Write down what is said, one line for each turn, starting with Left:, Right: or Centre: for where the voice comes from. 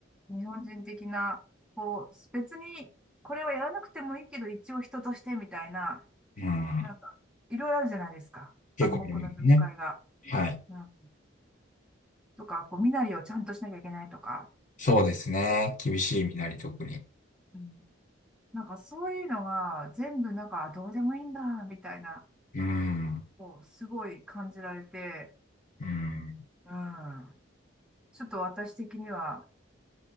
Centre: 日本人的な、こう、別にこれはやらなくてもいいけど、一応人としてみたいな、
Left: うん。
Centre: なんか、いろいろあるじゃないですか。
Left: 結構ありますね。
Centre: 暗黙の了解が。
Left: はい。
Centre: うん、とか、こう、身なりをちゃんとしなきゃいけないとか。
Left: そうですね。厳しい身なり、特に。
Centre: うん、なんかそういうのが全部なんか、あどうでもいいんだ、みたいな。
Left: うん。
Centre: こうすごい感じられて、
Left: うん。
Centre: うん。ちょっと私的には